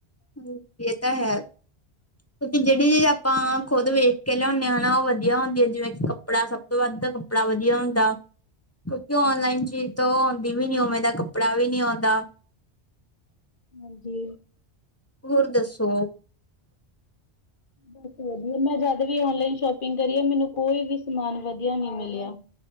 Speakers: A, on the left (about 15°); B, on the left (about 50°).
A: ਸਾਨੂੰ ਹੂ ਇਹ ਤਾਂ ਹੈ ਕਿਉਂਕਿ ਜਿਹੜੀ ਚੀ ਆਪਾਂ ਖੁਦ ਵੇਖ ਲਿਆਉਦੇ ਹਨਾ ਉਹ ਵਧੀਆ ਹੁੰਦੀ ਹੈ ਜਿਵੇਂ ਕਿ ਕੱਪੜਾ ਸਭ ਤੋਂ ਵੱਧ ਕੱਪੜਾ ਵਧੀਆ ਹੁੰਦਾ ਕਿਉਂਕਿ ਔਨਲਾਈਨ ਚੀਜ਼ ਤੋਂ ਆਉਂਦੀ ਵੀ ਨੀ ਉਵੇਂ ਦਾ ਕੱਪੜਾ ਵੀ ਨੀ ਆਉਂਦਾ
B: ਹਾਂਜੀ
A: ਹੋਰ ਦੱਸੋ
B: ਬਸ ਵਧੀਆ ਮੈਂ ਜਦ ਵੀ ਔਨਲਾਈਨ ਸ਼ੋਪਿੰਗ ਕਰੀ ਆ ਮੈਨੂੰ ਕੋਈ ਵੀ ਸਮਾਨ ਵਧੀਆ ਨੀ ਮਿਲਿਆ